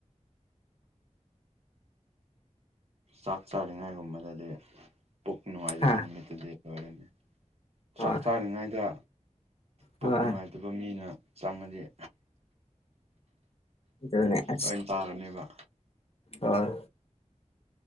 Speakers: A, on the right; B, on the left.
A: ꯆꯥꯛ ꯆꯥꯔꯤꯉꯥꯏꯒꯨꯝꯕꯗꯗꯤ ꯄꯨꯛ ꯅꯨꯡꯉꯥꯏꯖꯕ
B: ꯍꯥ
A: ꯅꯨꯃꯤꯠꯇꯨꯗꯤ ꯂꯣꯏꯔꯅꯤ
B: ꯍꯣꯏ
A: ꯆꯥꯛ ꯆꯥꯔꯤꯉꯩꯗ ꯄꯨꯣꯛꯛ
B: ꯍꯣꯏ
A: ꯅꯨꯡꯉꯥꯏꯇꯕ ꯃꯤꯅ ꯆꯥꯡꯅꯗꯤꯦ
B: ꯑꯗꯨꯅꯦ ꯑꯁ
A: ꯂꯣꯏ ꯇꯥꯔꯅꯦꯕ
B: ꯍꯣꯏ